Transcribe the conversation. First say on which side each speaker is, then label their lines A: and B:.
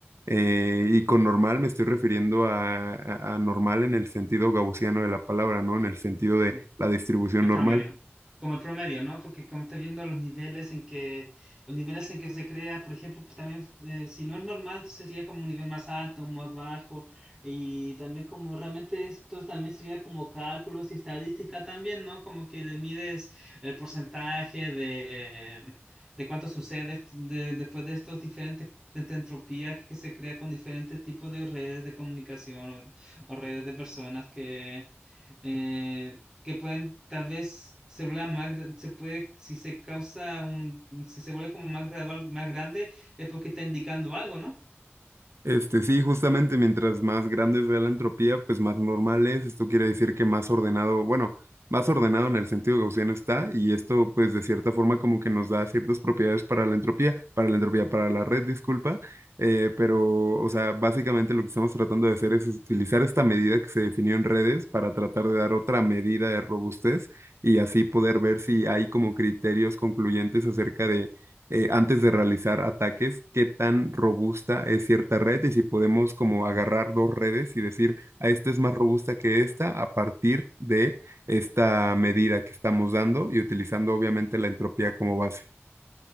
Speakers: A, on the right (about 80°); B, on the right (about 15°).
A: Eh, y con normal me estoy refiriendo a, a, a normal en el sentido gaussiano de la palabra, ¿no? En el sentido de
B: Mm.
A: la distribución
B: El
A: normal.
B: promedio. Como el promedio, ¿no? Porque como estás viendo los niveles en que, los niveles en que se crea, por ejemplo, pues también eh, si no es normal, sería como un nivel más alto, un más bajo, y también como realmente esto también sería como cálculos y estadística también, ¿no? Como que le mides el porcentaje de, de cuánto sucede de- después de estos diferentes de esta entropía que se crea con diferentes tipos de redes de comunicación o, o redes de personas que eh, que pueden tal vez se vuelva más, gra- se puede, si se causa un, si se vuelve como más gradual, más grande, es porque está indicando algo, ¿no?
A: Este, sí, justamente mientras más grande sea la entropía, pues más normal es. Esto quiere decir que más ordenado, bueno, más ordenado en el sentido gaussiano está, y esto, pues, de cierta forma, como que nos da ciertas propiedades para la entropía, para la entropía, para la red, disculpa. Eh, pero, o sea, básicamente lo que estamos tratando de hacer es utilizar esta medida que se definió en redes para tratar de dar otra medida de robustez y así poder ver si hay como criterios concluyentes acerca de eh, antes de realizar ataques, qué tan robusta es cierta red y si podemos como agarrar dos redes y decir, a esta es más robusta que esta a partir de esta medida que estamos dando y utilizando obviamente la entropía como base.